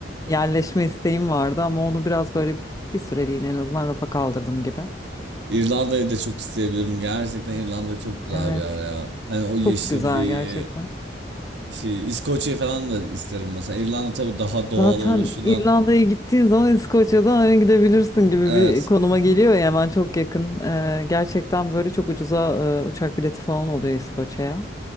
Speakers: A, on the left (about 20°); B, on the right (about 65°).
A: yerleşme isteğim vardı ama onu biraz böyle bir süreliğine en azından rafa kaldırdım gibi.
B: İrlanda'yı da çok isteyebilirim. Gerçekten İrlanda çok güzel
A: Evet.
B: bir yer ya. Hani o yeşilliği,
A: Çok güzel gerçekten.
B: şey İskoçya falan da isterim mesela. İrlanda tabii daha doğal
A: Zaten
B: oluşundan.
A: İrlanda'ya gittiğin zaman İskoçya'dan hani gidebilirsin gibi
B: Evet.
A: bir konuma
B: <laughs>
A: geliyor ya hemen çok yakın. Ee, gerçekten böyle çok ucuza e, uçak bileti falan oluyor İskoçya'ya.